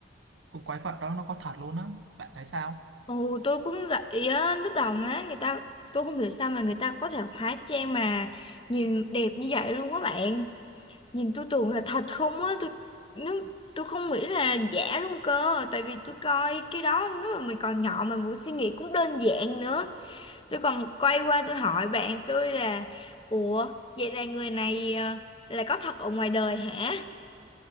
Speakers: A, on the right; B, on the left.
A: con quái vật đó nó có thật luôn á bạn thấy sao
B: Ồ, tôi cũng vậy á, lúc đầu mà người ta, tôi không hiểu sao mà người ta có thể hóa trang mà nhìn đẹp như vậy luôn á bạn. Nhìn tôi tưởng là thật không á, tôi nếu tôi không nghĩ là giả luôn cơ, tại vì tôi coi cái đó nếu mà mình còn nhỏ mà mình suy nghĩ cũng đơn giản nữa. Tôi còn quay qua tôi hỏi bạn tôi là Ủa vậy là người này ờ, là có thật ở ngoài đời hả?